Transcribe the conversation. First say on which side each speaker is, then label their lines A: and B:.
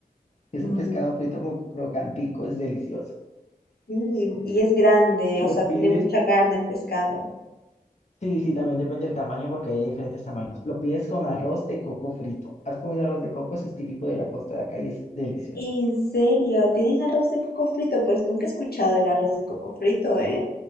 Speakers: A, on the left; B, on the left.
A: Es
B: Mm,
A: un pescado frito cro- crocantico, es delicioso.
B: Sí, y es grande,
A: Lo
B: o sea,
A: pides
B: tiene mucha carne el pescado.
A: Sí, sí, también depende del tamaño porque hay de diferentes tamaños. Lo pides con arroz de coco frito. ¿Has comido arroz de coco? Eso es típico de la costa de acá y es delicioso.
B: ¿En serio? ¿Tienen arroz de coco frito? Pues nunca he escuchado el arroz de coco frito, ¿eh?